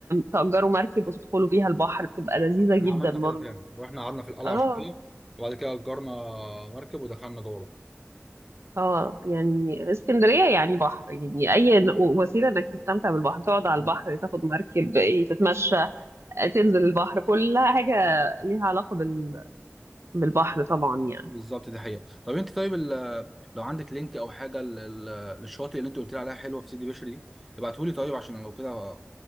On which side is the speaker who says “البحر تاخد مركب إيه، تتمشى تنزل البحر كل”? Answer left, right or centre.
Right